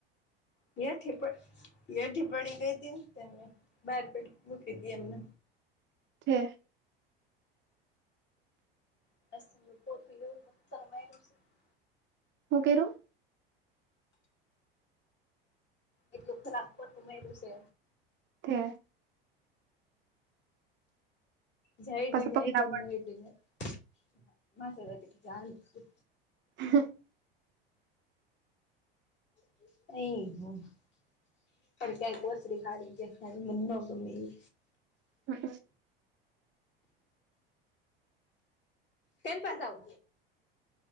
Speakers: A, on the left; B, on the right.
A: બેઠી પપડ ઠી પડી ગઈ હતીને બાર પડી મૂકી હતી એમને
B: થે
A: <inaudible>
B: હું કરું.
A: એટલું ખરાબ પોતુ મારુ છે
B: હે
A: જાચડુ
B: પાછા
A: જાચડુ
B: પગલા <inaudible>
A: <inaudible> ફડક્યા કોસરી ખારી કે મો કેમી
B: <inaudible>
A: કેન પા જાઉ